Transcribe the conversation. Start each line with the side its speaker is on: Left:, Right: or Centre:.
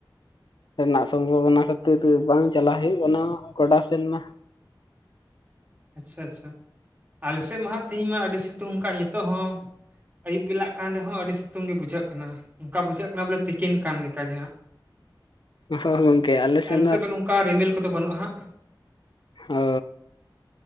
Left: ᱨᱮᱱᱟᱜ ᱥᱚᱢᱵᱷᱚᱵᱚᱱᱟ ᱠᱷᱟᱹᱛᱤᱨ ᱵᱟᱝ ᱪᱟᱞᱟᱜ ᱦᱩᱭᱩᱜ ᱠᱟᱱᱟ ᱜᱚᱰᱟ ᱥᱮᱱ ᱢᱟ
Right: ᱟᱪᱪᱷᱟ ᱟᱪᱪᱷᱟ ᱟᱞᱮ ᱥᱮᱫ ᱢᱟ ᱦᱟᱸᱜ ᱛᱤᱦᱤᱧ ᱢᱟ ᱟ. ᱰᱤ ᱥᱤᱛᱩᱝ ᱟᱠᱟᱫ ᱱᱤᱛᱚᱜ ᱦᱚᱸ᱾ ᱟᱭᱩᱵ ᱵᱮᱞᱟᱜ ᱠᱟᱱ ᱨᱮᱦᱚᱸ ᱟᱹᱰᱤ ᱥᱤᱛᱩᱝ ᱜᱮ ᱵᱩᱡᱷᱟᱹᱜ ᱠᱟᱱᱟ᱾ ᱚᱱᱠᱟ ᱵᱩᱡᱷᱟᱹᱜ ᱠᱟᱱᱟ ᱵᱚᱞᱮ ᱛᱤᱠᱤᱱ ᱠᱟᱱ ᱞᱮᱠᱟ ᱜᱮ ᱦᱟᱸᱜ᱾
Left: ᱦᱚᱸ
Right: ᱟᱨ
Left: ᱜᱚᱝᱠᱮ ᱥᱮᱱ
Right: ᱟᱞᱮ
Left: ᱢᱟ
Right: ᱥᱮᱫ ᱫᱚ ᱱᱚᱝᱠᱟ ᱨᱤᱢᱤᱞ ᱠᱚᱫᱚ ᱵᱟᱹᱱᱩᱜᱼᱟ ᱦᱟᱸᱜ᱾
Left: ᱦᱚᱻ